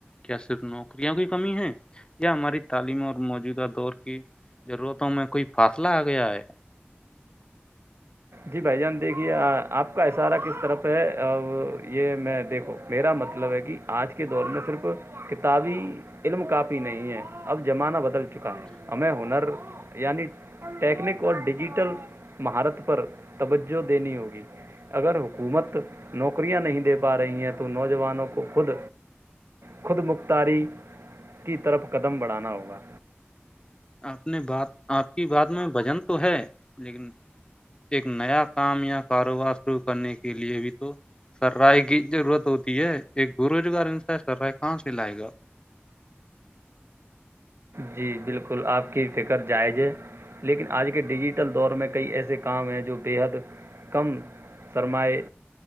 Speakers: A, on the left (about 20°); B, on the right (about 75°).
A: کیا صرف نوکریاوں کی کمی ہے یا ہماری تعلیم اور موجودہ دور کی ضرورت میں کوئی فاصلہ آ گیا ہے
B: جی بھائی جان دیکھیے آپ کا اشارہ کس طرف ہے یہ میں دیکھوں میرا مطلب ہے کہ آج کے دور میں صرف کتابی علم کاپی نہیں ہے اب زمانہ بدل چکا ہے ہمیں ہنر یعنی ٹیکنک اور ڈیجیٹل مہارت پر توجہ دینی ہوگی اگر حکومت نوکریاں نہیں دے پا رہی ہیں تو نوجوانوں کو خود خود مختاری کی طرف قدم بڑھانا ہوگا
A: آپ نے بات آپ کی بات میں وزن تو ہے لیکن ایک نہیں <unintelligible> <inaudible> نیا کام یا کاروبار شروع کرنے کے لیے بھی تو سررائی کی ضرورت ہوتی ہے ایک ب روزگار انس سررائے کہاں سے لائے گا
B: جی بالکل آپ کی فکر جائز ہے لیکن آج کے ڈیجیٹل دور میں کئی ایسے کام ہیں جو بےحد کم سرمائے